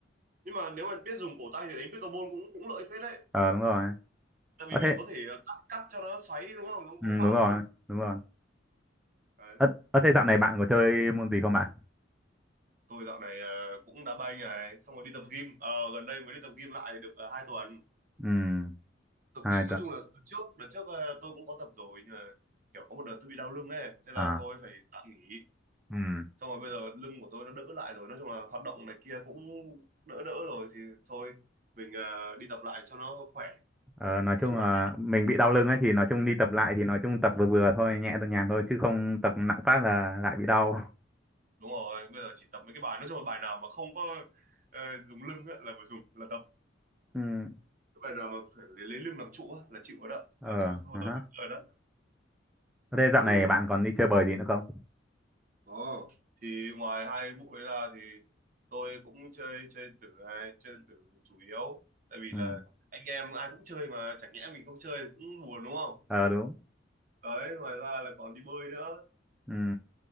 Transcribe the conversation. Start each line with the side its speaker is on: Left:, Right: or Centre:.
Right: Nhưng mà nếu mà biết dùng cổ tay thì đánh pickleball cũng cũng lợi phết đấy.
Centre: Ờ đúng rồi.
Right: Tại
Centre: Ờ
Right: vì mình
Centre: thế,
Right: có thể ờ, cắt cắt cho nó xoáy đúng không? Giống
Centre: ừ,
Right: bóng bàn
Centre: đúng rồi,
Right: tôi.
Centre: đúng rồi.
Right: Đấy.
Centre: Ờ, ờ thế dạo này bạn có chơi môn gì không bạn?
Right: Tôi dạo này ờ, cũng đá banh này, xong rồi đi tập gym. Ờ, gần đây mới đi tập gym lại được uh, 2 tuần.
Centre: Ừ,
Right: Tập
Centre: hai
Right: gym nói
Centre: tuần.
Right: chung là từ trước, đợt trước ờ, tôi cũng có tập rồi nhưng mà kiểu có một đợt tôi bị đau lưng ấy, thế là
Centre: À,
Right: thôi phải tạm nghỉ.
Centre: ừ.
Right: xong rồi bây giờ lưng của tôi nó đỡ lại rồi nói chung là hoạt động này kia cũng đỡ đỡ rồi thì thôi mình ờ, đi tập lại cho nó khỏe
Centre: Ờ, nói chung
Right: chứ
Centre: là
Right: bạn
Centre: mình bị đau lưng ấy thì nói chung đi tập lại thì nói chung tập vừa vừa thôi nhẹ thôi nhàn thôi chứ không tập nặng phát là lại bị đau
Right: đúng rồi bây giờ chỉ tập mấy cái bài nói chung là bài nào mà không có ờ, dùng lưng á, là phải dùng là tập
Centre: <laughs> ừ
Right: cái bài nào mà phải lấy, lấy lưng làm trụ á, là chịu rồi đó
Centre: ờ
Right: là không, không
Centre: ờ
Right: tập
Centre: hả.
Right: được rồi đó
Centre: thế dạo
Right: thì,
Centre: này bạn còn đi chơi bời gì nữa không
Right: oh. thì ngoài hai vụ đấy ra thì tôi cũng chơi chơi tử này, chơi tử chủ yếu tại vì
Centre: ừ
Right: là anh em ai cũng chơi mà chẳng nhẽ mình không chơi cũng buồn đúng không
Centre: ờ đúng
Right: đấy ngoài ra là còn đi bơi nữa
Centre: ừ